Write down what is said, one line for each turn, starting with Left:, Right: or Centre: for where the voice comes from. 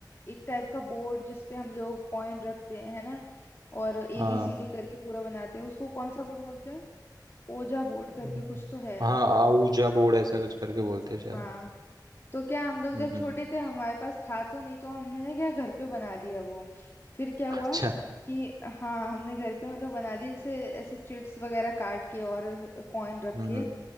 Left: एक टाइप का बोर्ड जिसपे हम लोग पॉइंट रखते हैं है ना और ए
Right: हाँ
Left: बी सी डी करके पूरा बनाते हैं उसको कौन सा बोर्ड बोलते हैं ओजा बोर्ड
Right: हम्म।
Left: करके कुछ तो है
Right: हाँ आऊजा बोर्ड ऐसा कुछ करके बोलते हैं शायद
Left: हाँ तो क्या हम लोग
Right: हम्म
Left: जब छोटे
Right: हम्म।
Left: थे हमारे पास था तो नहीं तो हमने ना क्या घर पे बना लिया वो फिर क्या हुआ
Right: अच्छा
Left: कि हाँ हमने घर पे मतलब बना लिया जैसे ऐसे चिट्स वगैरह काट के और कॉइन रख
Right: हम्म
Left: के
Right: हम्म,